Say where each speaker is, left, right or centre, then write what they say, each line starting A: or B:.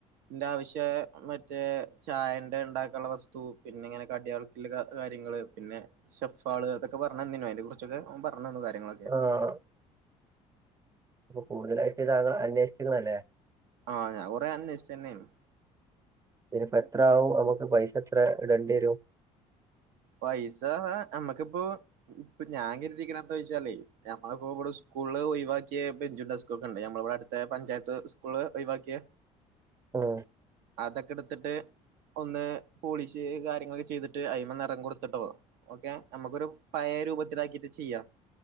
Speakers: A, on the right (about 80°); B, on the right (about 20°).
A: ഇന്റെ ആവശ്യയ മറ്റേ ചായൻ ൻ്റെ ഇണ്ടാക്കാനുള്ള വസ്തു പിന്നങ്ങനെ കടിയളത്തു ല്ല കാ കാര്യങ്ങള് പിന്നെ ഷെഫ് ഇപ്പള് അത്തൊക്കെ പർഞ്ഞന്നിനി അയ്നെ കുർച്ചൊക്കെ ഓൻ പർഞ്ഞെന്നു കാര്യങ്ങളൊക്കെ
B: ആഹ് അപ്പൊ കൂടുതലായിട്ട് താങ്കൾ അന്വേഷിച്ച്ക്ക്ണ്ല്ലേ
A: ആ ഞാൻ ഒറേ അന്വേഷിച്ചന്നെണ്.
B: ഇതിനിപ്പോ എത്ര വും നമുക്ക് പൈ സെത്ര ഇടേണ്ട്യരും
A: പൈസ അമ്മക്കിപ്പോ ഇപ്പൊ ഞാൻ കെര്തിക്കണെ എന്തോയ്ച്ചാലേ ഞമ്മള പോ ഇബടെ സ് കൂള് ഒയിവാക്ക്യെ ബെഞ്ചും ഡെസ് ക്കൊക്കെണ്ട് ഞമ്മളവടട്ത്തെ പഞ്ചായത്ത് സ്കൂള് ഒയ് വാക്ക്യാ
B: ആഹ്
A: അതെക്കെട് ത്ത്ട്ട് ഒന്ന് പോളിഷെയ്യ് കാര്യങ്ങളൊക്കെ ചെയ്തിട്ട് അയ്‌മെന്ന <unintelligible> കൊട്ത്തിട്ടോ ഓക്കെ നമക്കൊരു പയേ രൂപത്തിലാക്കിട്ട് ചെയ്യാം.